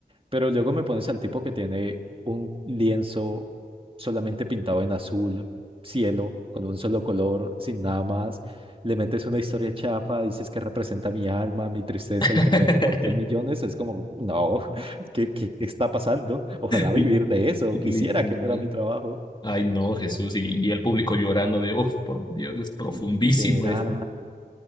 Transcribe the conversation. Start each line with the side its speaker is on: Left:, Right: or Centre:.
Right: Pero luego me pones al tipo que tiene un lienzo solamente pintado en azul, cielo, con un solo color, sin nada más. Le metes una historia chafa, dices que representa mi alma, mi tristeza
Left: <laughs>
Right: y te la vendo por 10 millones. Es como, no, <laughs> ¿qué, qué, qué está pasando? Ojalá
Left: Li-
Right: vivir de eso.
Left: Literal.
Right: Quisiera que fuera mi trabajo.
Left: Ay, no, Jesús, y, y el público llorando de, uff, por Dios, es profundísimo
Right: Literal.
Left: esto.